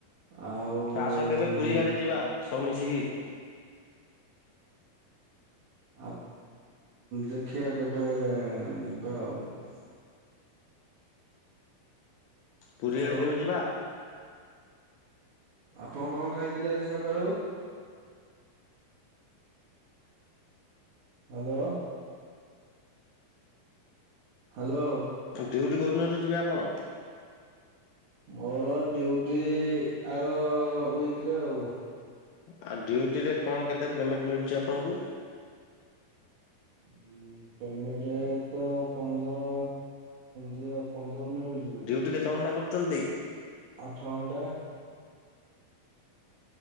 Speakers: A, on the right; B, on the left.
A: ଆଉ
B: ଆସ କେବେ ପୁରୀ ଆଡେ ଯିବା ସବୁ ମିଶିକି।
A: ଆ ଦେଖିବା କେବେ ଯିବା ଆଉ।
B: ପୁରୀଆଡେ
A: ଆଉ
B: କେବେ ଯିବା?
A: ଆପଣ କଣ ଖାଇଥିଲେ ଆଜି ସକାଳୁ। ହ୍ୟାଲୋ। ହ୍ୟାଲୋ।
B: ଡ଼ିଉଟି କୋଉଦିନଠୁ ଯିବେ ଆପଣ?
A: ମୋର ଡିଉଟି ଆର ୱିକ୍‌ରେ ଆଉ।
B: ଆଉ ଡ଼ିଉଟି ରେ କଣ କେତେ ପେମେଣ୍ଟ ମିଳୁଛି ଆପଣଙ୍କୁ?
A: ହୁଁ ପେମେଣ୍ଟ ତ ପନ୍ଦର ଦିଅ ପନ୍ଦର ମିଳୁଛି।
B: ଡିଉଟି କେତେ ଘଣ୍ଟା କରୁଛନ୍ତି?
A: ଆଠ ଘଣ୍ଟା।